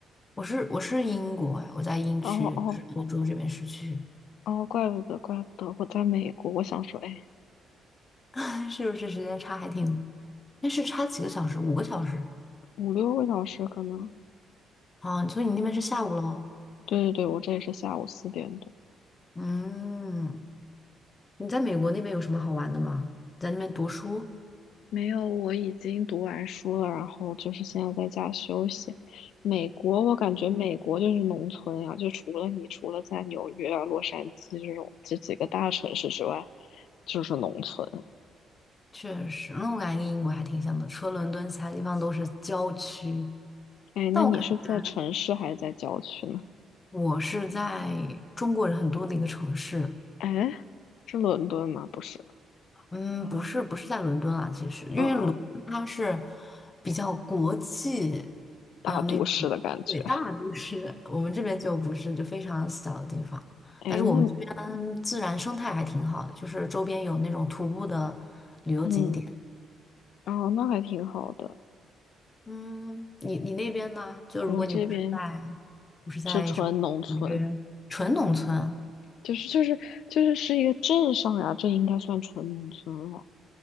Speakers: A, on the left; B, on the left.
A: 我是我是英国哎，我在英区，
B: 哦哦
A: 就是欧洲这边市区，
B: 哦，怪不得，怪不得，我在美国。我想说，哎，
A: <laughs> 是不是时间差还挺？那是差几个小时？五个小时
B: 五六个小时可能。
A: 啊？所以你那边是下午喽？
B: 对对对，我这里是下午四点多。
A: 嗯，你在美国那边有什么好玩的吗？在那边读书？
B: 没有，我已经读完书了，然后就是现在在家休息。美国，我感觉美国就是农村呀、就除了你除了在纽约啊、洛杉矶这种这几个大城市之外，就是农村。
A: 确实，那我感觉跟英国还挺像的，除了伦敦，其他地方都是郊区。
B: 哎，那你是在城市还是在郊区呢？
A: 但我感觉我是在中国人很多的一个城市。
B: 哎，是伦敦吗？不是，
A: 嗯，不是不是在伦敦啊，其实因为伦敦它是
B: 嗯嗯，
A: 比较国际，
B: 大都市的感觉。
A: 呃，那种对大都市，我们这边就不是，就非常小的地方。
B: 哎，
A: 但是我们这边自然生态还挺好的，
B: 那
A: 就是周边有那种徒步的旅游景点。
B: 嗯，哦，那还挺好的。
A: 嗯，你你那边呢？就如果你不是在
B: 我这边
A: 不是在什么纽约纯农村，
B: 是纯农村，就是就是就是是一个镇上呀，这应该算纯农村了。